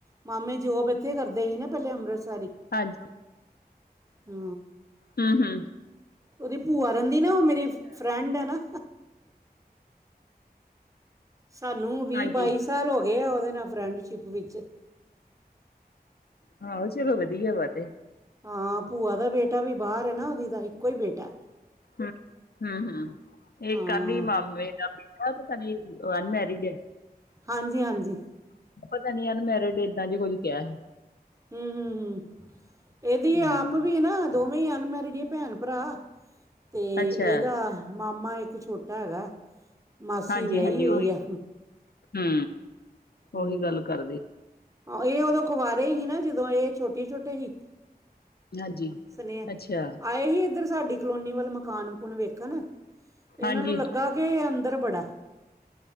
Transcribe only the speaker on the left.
ਹਾਂਜੀ
ਹੂੰ-ਹੂੰ
ਹਾਂਜੀ
ਹਾਂ, ਚਲੋ ਵਧੀਆ ਵਾ ਡੇ
ਹੂੰ ਹੂੰ ਹੂੰ ਇਹ
ਕਹਦੀ ਮਾਮੇ ਦਾ ਉਹ ਤਾਂ ਕਹਿੰਦੀ ਓ ਅਨਮੈਰਿਡ ਏ
ਪਤਾ ਨੀ ਅਨਮੈਰਿਡ ਏਦਾਂ ਜ ਕੁੱਝ ਕਿਹਾ ਸੀ
ਹੂੰ
ਅੱਛਾ।
ਹਾਂਜੀ-ਹਾਂਜੀ
ਉਹੀ
ਹੂੰ
ਉਹੀ ਗੱਲ ਕਰਦੇ
ਹਾਂਜੀ।
ਅੱਛਾ,
ਹਾਂਜੀ।